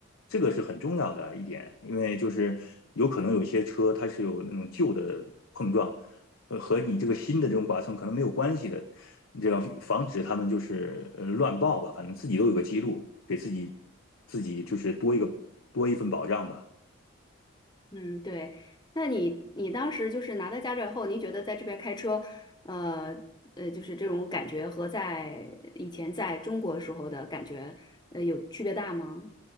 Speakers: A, on the left; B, on the left.
A: 这个是很重要的一点，因为就是有可能有些车它是有那种旧的碰撞，呃，和你这个新的这种剐蹭可能没有关系的，这样防止他们就是呃乱报吧，反正自己都有个记录，给自己自己就是多一个多一份保障吧。
B: 嗯，对。那你你当时就是拿到驾照以后，您觉得在这边开车，呃呃，就是这种感觉和在以前在中国时候的感觉，呃，有区别大吗？